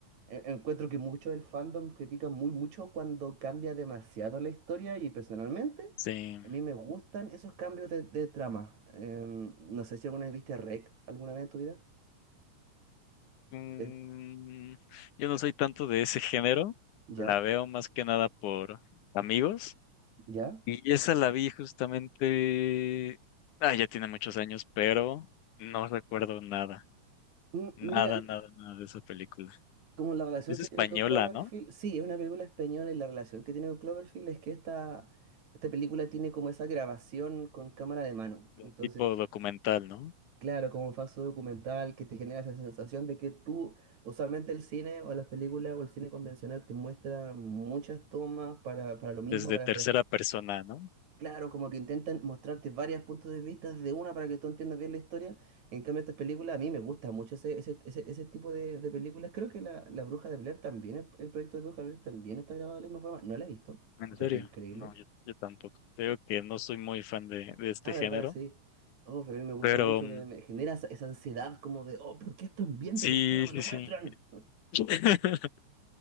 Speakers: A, on the right; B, on the left.
A: e- Encuentro que mucho del fandom critica muy mucho cuando cambia demasiado la historia y personalmente
B: Sí.
A: a mí me gustan esos cambios de, de trama. Em, no sé si alguna vez viste REC alguna vez en tu vida.
B: Mm,
A: Eh,
B: yo no soy tanto de ese género,
A: ¿ya?
B: la veo más que nada por amigos
A: ¿Ya?
B: y esa la vi justamente, ah, ya tiene muchos años, pero no recuerdo nada,
A: Mm,
B: nada,
A: Mira,
B: nada, nada de esa película.
A: como la relación
B: Es
A: que
B: española,
A: tiene con Cloverfield,
B: ¿no?
A: sí, es una película española y la relación que tiene con Cloverfield es que esta, esta película tiene como esa grabación con cámara de mano.
B: De
A: Entonces
B: tipo documental, ¿no?
A: Claro, como un falso documental que te genera esa sensación de que tú, usualmente el cine o las películas o el cine convencional te muestra muchas tomas para, para lo mismo,
B: desde
A: para,
B: tercera
A: para-
B: persona, ¿no?
A: Claro, como que intentan mostrarte varios puntos de vista de una para que tú entiendas bien la historia. En cambio, estas películas, a mí me gusta mucho ese, ese, ese, ese tipo de, de películas. Creo que la, la Bruja de Blair también, el, el proyecto de Bruja de Blair también está grabado de la misma forma. No la he visto, he
B: ¿En
A: escuchado
B: serio?
A: que es increíble.
B: No, yo, yo tampoco. Creo que no soy muy fan de, de este
A: Ah, verdad,
B: género,
A: sí. Oh, pero a mí me gusta
B: pero
A: mucho,
B: mm,
A: me, me genera esa, esa ansiedad como de, oh, pero ¿qué están viendo?
B: sí,
A: ¿Por qué no me
B: sí,
A: lo muestran?
B: sí. <laughs>